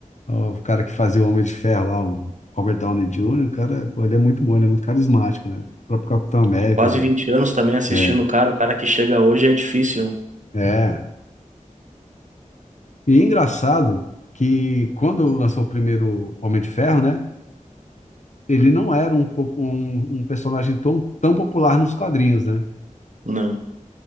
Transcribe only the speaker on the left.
Ó, O cara que fazia o Homem de Ferro lá, o Robert Downey Jr., o cara, pô, ele é muito bom, ele é muito carismático, né? O próprio Capitão América,
né?
É,
é. E é engraçado que quando lançou o primeiro Homem de Ferro, né? Ele não era um, po- um, um personagem tão, tão popular nos quadrinhos, né?